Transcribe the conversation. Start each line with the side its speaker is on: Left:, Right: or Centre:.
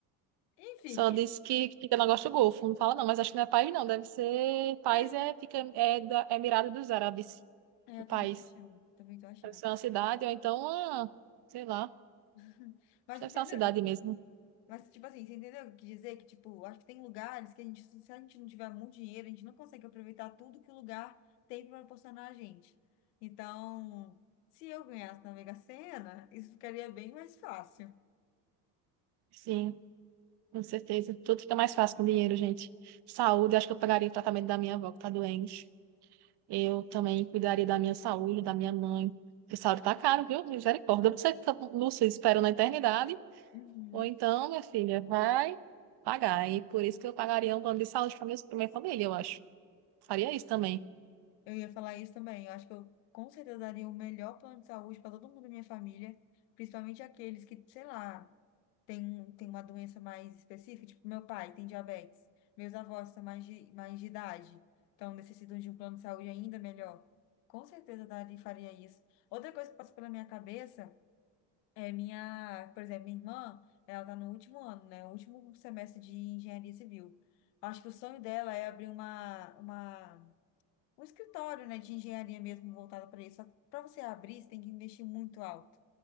Left: Enfim.
Right: Só disse que fica na costa do Golfo, não fala não, mas acho que não é país não, deve ser... País
Left: <laughs>
Right: é, fica, é da é Emirado dos Árabes,
Left: É,
Right: o
Left: eu
Right: país.
Left: também tô achando, também tô achando.
Right: Deve ser uma cidade, ou então, ah, sei lá,
Left: <laughs> Mas
Right: deve
Left: entendeu?
Right: ser uma cidade mesmo.
Left: Mas, tipo assim, você entendeu o que eu quis dizer? Que, tipo, acho que tem lugares que a gente, se a gente não tiver muito dinheiro, a gente não consegue aproveitar tudo que o lugar tem para proporcionar a gente. Então, se eu ganhasse na Mega Sena, isso ficaria bem mais fácil.
Right: Sim, com certeza. Tudo fica mais fácil com dinheiro, gente. Saúde, acho que eu pagaria o tratamento da minha avó que tá doente. Eu também cuidaria da minha saúde, da minha mãe. Porque saúde tá caro, viu? Misericórdia. Ou Você fica, Lúcia, espera na eternidade,
Left: Uhum.
Right: ou então, minha filha, vai pagar. E por isso que eu pagaria um plano de saúde para minha, pra minha família, eu acho. Faria isso também.
Left: Eu ia falar isso também. Eu acho que eu com certeza daria o melhor plano de saúde para todo mundo da minha família, principalmente aqueles que, sei lá, tem, um- tem uma doença mais específica, tipo meu pai tem diabetes, meus avós são mais de, mais de idade, então necessitam de um plano de saúde ainda melhor. Com certeza daria, faria isso. Outra coisa que passou pela minha cabeça é minha, por exemplo, minha irmã, ela tá no último ano, né? O último semestre de engenharia civil. Acho que o sonho dela é abrir uma, uma um escritório, né, de engenharia mesmo voltado para isso. Só que para você abrir, você tem que investir muito alto.